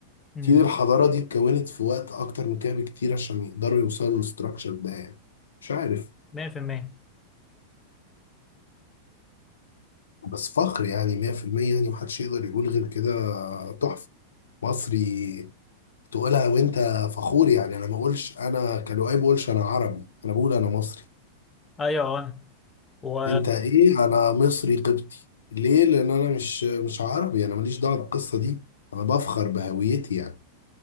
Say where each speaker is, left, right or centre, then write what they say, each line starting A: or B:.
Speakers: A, on the left; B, on the left.
A: امم
B: اكيد الحضاره دي اتكونت في وقت اكتر من كده بكتير عشان يقدروا يوصلوا للستراكشر ده يعني مش عارف
A: 100%
B: بس فخر يعني 100% يعني محدش يقدر يقول غير كده تحفه مصري تقولها وانت فخور يعني انا ما اقولش انا كلؤي ما اقولش انا عربي انا بقول انا مصري
A: ايوه انا و
B: انت ايه انا مصري قبطي ليه لان انا مش مش عربي انا ماليش دعوه بالقصه دي انا بفخر بهويتي يعني